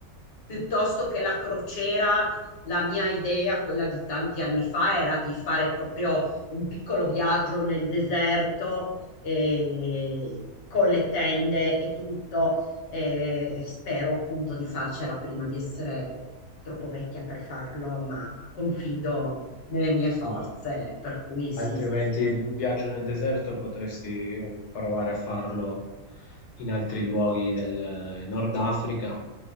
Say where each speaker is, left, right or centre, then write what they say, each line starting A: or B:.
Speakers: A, on the left; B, on the left.
A: piuttosto che la crociera, la mia idea, quella di tanti anni fa, era di fare proprio un piccolo viaggio nel deserto eh, con le tende e tutto. eh, e spero appunto di farcela prima di essere troppo vecchia per farlo, ma confido nelle mie
B: Sì.
A: forze, per cui sì,
B: Altrimenti
A: spero.
B: il viaggio nel deserto potresti provare a farlo in altri luoghi del Nord Africa